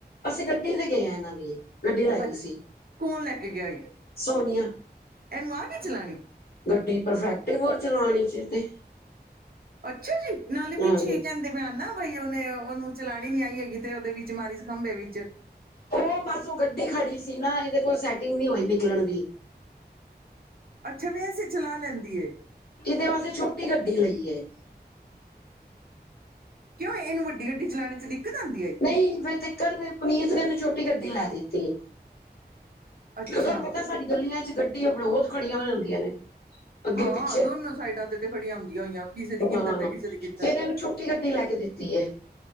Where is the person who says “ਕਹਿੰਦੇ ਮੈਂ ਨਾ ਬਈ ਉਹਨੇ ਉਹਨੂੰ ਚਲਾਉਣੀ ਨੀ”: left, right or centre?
Right